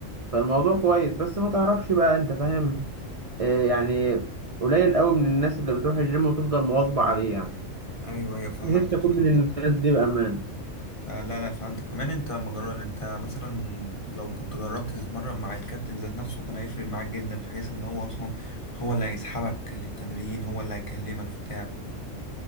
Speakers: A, on the right; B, on the left.
A: فالموضوع كويس بس ما تعرفش بقى انت فاهم آه يعني قليل قوي من الناس اللي بتروح الجيم وتفضل مواظبه عليه يعني
B: ايوه ايوه فهمتك
A: نفسي اكون
B: فهمتك
A: من الناس دي بامان
B: فلا لا فهمتك كمان انت ما جربت انت مثلا لو كنت جربت تتمرن مع الكابتن ذات نفسه كان هيفرق معاك جدا في حيث ان هو اصلا هو اللي هيسحبك للتمرين هو اللي هيكلمك بتاع